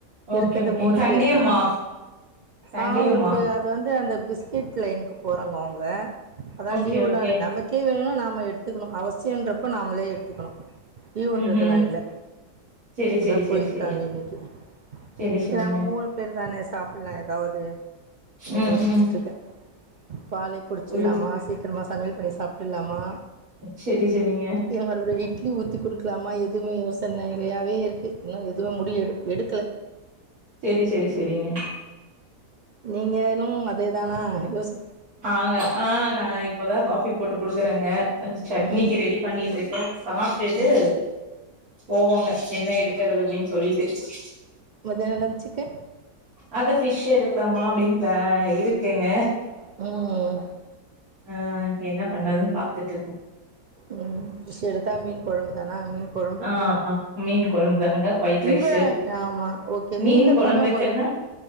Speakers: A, on the right (about 65°); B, on the right (about 80°).
A: ஓகே
B: இருக்கது
A: ஓகேங்
B: மூணு
A: சண்டேவுமா
B: பேருதா
A: சண்டேவுமா
B: அவ்ங்களுக்கு அத வந்து அந்த பிஸ்கெட் லேன்க்கு போறாங்க அவ்ங்க அதா
A: ஓகே
B: லீவுனால
A: ஓகே
B: நமக் கே வேணும்னா நாம எடுத்துக்கணு அவசியன்றப்போ நாமளே எடுத்துக்கணு ஈவ்ன்றதுனால்ல
A: ம் ம் செரி
B: அதா
A: செரி செரி
B: போயிருக்காங்க
A: செரி
B: இன்னைக்கி
A: செரி
B: சேவ
A: செரிங்க
B: நம்ம மூணு பேரு தானே சாப்பில்லா ஏதாவது அப்டின்னு
A: ம்
B: யோசிச்சிட்டு
A: ம்
B: இருக்க பாலை குடிச்சிட்லாமா
A: புரியுது
B: சீக்கிரமா சமையல் பண்ணி சாப்டிர்லாமா
A: செரி செரிங்க
B: எ மறுபடியடி இட்லி ஊத்தி குடுக்கலாமா எதுவமே யோசனைலையாவே இருக்கு இன்னு எது து முடில எடு எடுக்கல
A: செரி செரி செரிங்க
B: ம் நீங்கனு அதே தானா யோஸ்
A: ஆங்க ஆ நா இப்போதா காஃபி போட்டு குடுக்குறேங்க ஜட்னிக்கு
B: ம்
A: ரெடி பண்ணிட்டுருக்கே சாப்டுட்டு
B: ம்
A: போவோங்க என்ன எடுக்கிறது அப்டின்னு சொல்லி <unintelligible>
B: மேதர்லா சிக்க
A: அத பிஷ் எடுக்கலாமா அப்டின்னு ப்ளா இருக்கேங்க
B: ம் ம்
A: ஆ என்ன பண்ணதுன்னு பாத்துட் இருக்கே
B: ம் ஃபிஷ் எடுத்தா மீன் குழம்பு தானா மீன் குழம்பு
A: ஆ ஹ மீன் குழம்புதாங்க ஒயிட் ரைஸூ
B: உங்க ஆமா ஓகே
A: மீன்
B: நீங்க
A: குழம்பு
B: பண்ணும்போது
A: வெச்சன்னா